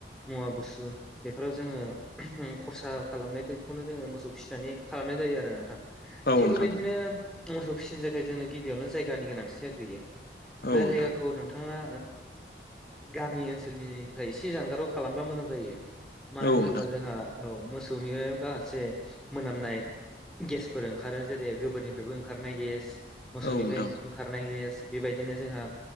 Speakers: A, in the centre; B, on the left.
A: मुवा बुस्थु बेफोराव जोङो खरसा खालामनाय बेखौनो जोङो मोसौ फिसिनानै खालामनाय जायो आरो नोंथां
B: औ
A: थिग
B: नोंथां
A: बेबायदिनो मोसौ फिसिनो थाखाय जोंनो गिबियावनो जायगानि गोनांथि जाग्रोयो
B: औ नोंथां
A: जाय जायगाखौ नोंथा नोथाङा गामि ओनसोलनिफ्राय एसे जानगाराव खालामबा मोजां जायो मानो
B: औ नोंथां औ
A: होनोब्ला
B: नोंथां
A: जोंहा औ मोसौनि माखासे मोनामनाय गेसफोर ओंखारो जेरै गोबोरनिफ्रायबो ओंखारनाय गेस मोसौनिफ्राय
B: औ नोंथां औ
A: ओंखारनाय गेस बेबायदिनो जोंहा